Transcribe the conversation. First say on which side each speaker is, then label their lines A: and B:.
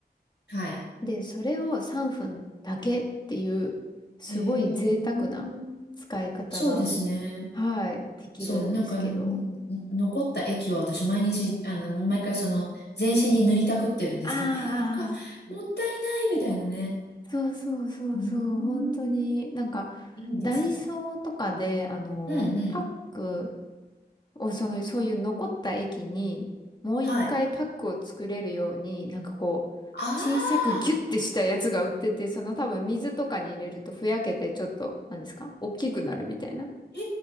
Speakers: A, on the left; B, on the left.
A: はい。
B: で、それを3分だけっていう、すごい贅沢な使い方が、
A: へえ。そうですね。
B: はい、できるんですけど。
A: そう、なんか、ん残った液を私毎日、あの、毎回その、全身に塗りたくってるんですけど、
B: ああ、
A: え、なんか、もったいないみたいなね。
B: そうそうそうそう、
A: うーん、
B: 本当に、なんか、
A: いいですね。
B: ダイソーとかで、あの、
A: うんうん。
B: パックを、その、そういう残った液に、もう一回パックを作れるように、
A: はい。
B: なんかこう、
A: あ
B: 小さくギュッてしたやつが売ってて、
A: あ、
B: その多分水とかに入れるとふやけて、ちょっと、何ですか大きくなるみたいな。
A: え